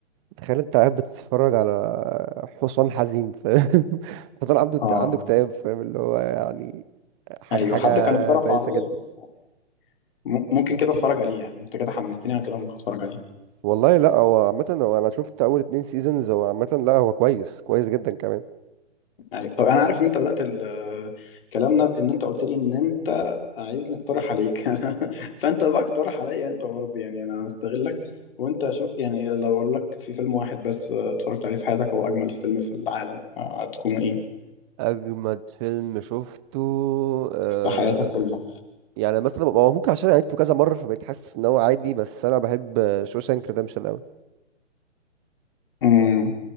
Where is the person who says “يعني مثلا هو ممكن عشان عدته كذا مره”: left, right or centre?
Right